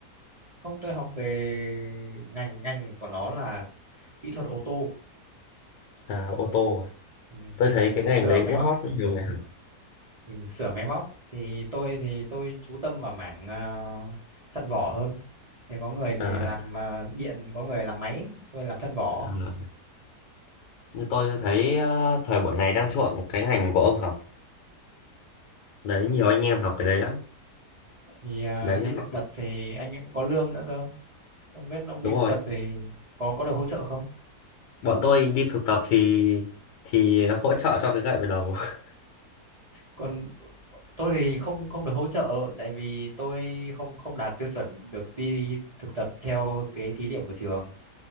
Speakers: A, on the right; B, on the left.
A: không tôi học về ngành ngành của nó là kỹ thuật ô tô
B: À,
A: Ừ.
B: ô tô à?
A: Ừ,
B: Tôi
A: thì
B: thấy
A: mình
B: cái ngành
A: sửa
B: đấy
A: máy
B: cũng
A: móc
B: hot nhiều người học.
A: mình sửa máy móc thì tôi thì tôi chú tâm vào mảng ờ, thân vỏ hơn thì có người thì
B: À,
A: làm ờ, điện có người làm máy tôi làm thân vỏ
B: à, như tôi thấy ờ, thời buổi này đang chuộng cái ngành của ông học. Đấy, nhiều anh em học cái đấy lắm.
A: thì à,
B: Đấy
A: đi
B: nhưng
A: thực
B: mà
A: tập thì anh ấy cũng có lương nữa cơ không biết ông
B: đúng
A: đi thực
B: rồi.
A: tập thì có có được hỗ trợ không
B: Bọn tôi đi thực tập thì thì hỗ trợ cho cái gậy vào đầu. <laughs>
A: còn tôi thì không không được hỗ trợ tại vì tôi không không đạt tiêu chuẩn được đi thực tập theo cái thí điểm của trường